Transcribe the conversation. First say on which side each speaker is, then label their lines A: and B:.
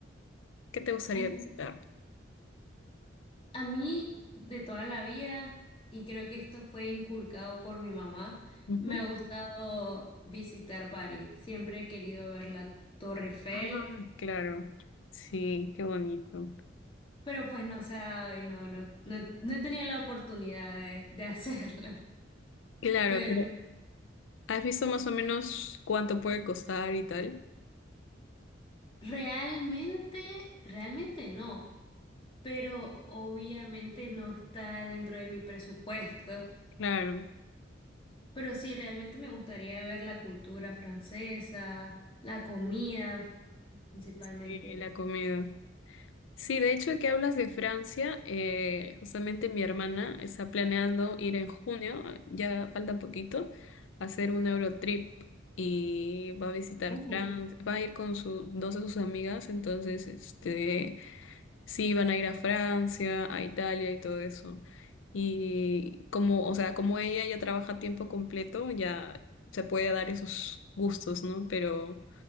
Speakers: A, on the left; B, on the left.
A: ¿Qué te gustaría
B: ay,
A: visitar?
B: a mí de toda la vida, y creo que esto fue inculcado por mi mamá,
A: Ujú.
B: me ha gustado visitar París. Siempre he querido ver la Torre Eiffel,
A: Ah, claro. Sí, qué bonito.
B: pero pues no se ha dado y no, no, no, no he tenido la oportunidad de, de <laughs> hacerlo.
A: Claro,
B: Pero
A: pero ¿has visto más o menos cuánto puede costar y tal?
B: Realmente, realmente no, pero obviamente no está dentro de mi presupuesto.
A: Claro.
B: Pero sí, realmente me gustaría ver la cultura francesa, la comida principalmente.
A: Sí, la comida. Sí, de hecho, que hablas de Francia, eh, justamente mi hermana está planeando ir en junio, ya falta poquito, a hacer un Eurotrip y va a visitar
B: Oh.
A: Francia, va a ir con su, dos de sus amigas, entonces, este, sí, van a ir a Francia, a Italia y todo eso. Y como, o sea, como ella ya trabaja a tiempo completo, ya se puede dar esos gustos, ¿no? Pero